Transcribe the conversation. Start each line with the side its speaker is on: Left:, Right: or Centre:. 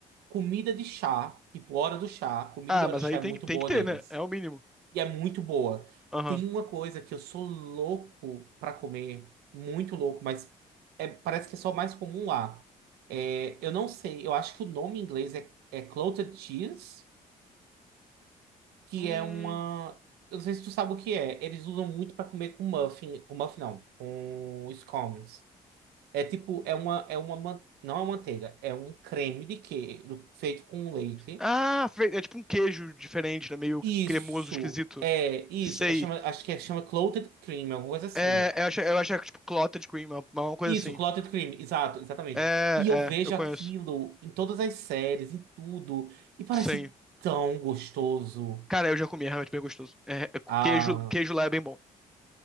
Right: Comida de chá, tipo hora do chá, comida
Centre: Ah,
Right: de hora
Centre: mas
Right: do chá
Centre: aí
Right: é
Centre: tem,
Right: muito
Centre: tem
Right: boa
Centre: que ter,
Right: deles.
Centre: né? É o mínimo.
Right: E é muito boa.
Centre: Aham.
Right: Tem uma coisa que eu sou louco pra comer, muito louco, mas é- parece que é só mais comum lá. É, eu não sei, eu acho que o nome em inglês é, é clotted cheese, que
Centre: Hum.
Right: é uma. Eu não sei se tu sabe o que é. Eles usam muito pra comer com muffin, com muffin não, com scones. É tipo, é uma, é uma, man- não é uma manteiga, é um creme de queijo feito com leite.
Centre: Ah, fe- é tipo um queijo diferente, né? Meio
Right: Isso,
Centre: cremoso, esquisito.
Right: é isso.
Centre: Sei.
Right: É chama, acho que é chama clotted cream, alguma coisa assim.
Centre: É, eu acho, eu acho que é tipo clotted cream, uma, uma coisa
Right: Isso,
Centre: assim.
Right: Clotted Cream, exato, exatamente.
Centre: É,
Right: E eu vejo
Centre: é, eu conheço.
Right: aquilo em todas as séries, em tudo, e parece
Centre: Sim.
Right: tão gostoso.
Centre: Cara, eu já comi, é realmente bem gostoso. É, é,
Right: Ah,
Centre: queijo, queijo lá é bem bom.